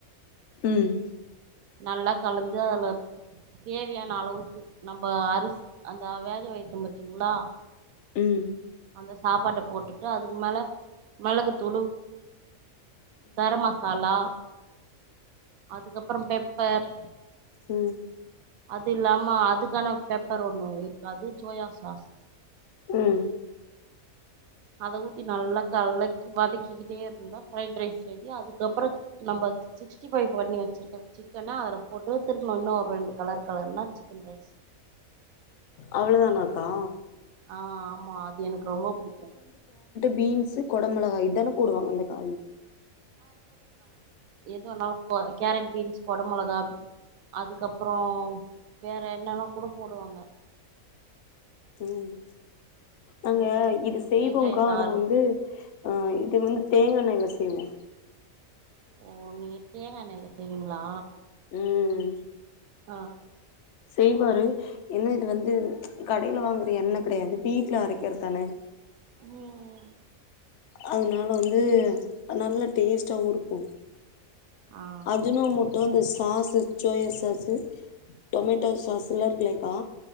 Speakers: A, on the left; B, on the right.
A: ம்
B: நல்லா கலந்து அதுல தேவையான அளவுக்கு நம்ம அரிசி அந்த வேக வைத்தம் பத்தீங்களா
A: உம்
B: அந்த சாப்பாட்ட போட்டுட்டு அதுக்கு மேல மிளகு துளு கரம் மசாலா அதுக்கப்பறே பெப்பர்
A: உம்
B: அது இல்லாம அதுக்கான பெப்பர் ஒண்ணு இருக்கு அது சோயா சாஸ்
A: உம்
B: அத ஊத்தி நல்லா கலக்கி வதக்கிக்கிட்டே இருந்தா ப்ரைட் ரைஸ் ரெடி அதுக்கப்றோ நம்ம சிக்ஸ்டி பைவ் பண்ணி வச்சிருக்க சிக்கன அதுல போட்டு திருக்கணும் இன்னு ஒரு ரெண்டு கலர் கலர்னா சிக்கன் ரைஸ்
A: அவ்ளோவுதானாக்கா
B: ஆ ஆமா அது எனக்கு ரொம்ப பிடிக்கும்
A: பீன்ஸ் குடமிளகாய் இதானே போடுவாங்க ந்த காய்
B: எதுவேணாலு கேரட் பீன்ஸ் குட மிளகா அதுக்கப்புறோ வேற என்னன்னா கூட போடுவாங்க
A: ம் நாங்க
B: சில பேர்
A: இது செய்வோக்கா
B: தேங்காய்த்தாள்
A: ஆனா வந்து ஆ இது வந்து தேங்கயெண்ணலே செய்வோ
B: ஓ நீங்க தேங்கயெண்ணலே செய்வீங்களா
A: ம்
B: ஆ
A: செய்வாரு என்னா இது வந்து கடையில வாங்குற எண்ண கெடையாது வீட்ல அரக்கிறது தான
B: ம்
A: அதனால வந்து நல்ல டேஸ்டாவு இருக்கூ
B: ஆ
A: அஜினமோட் இந்த சாசு சோயா சாசு டொமேட்டோ சாஸ்லா <unintelligible>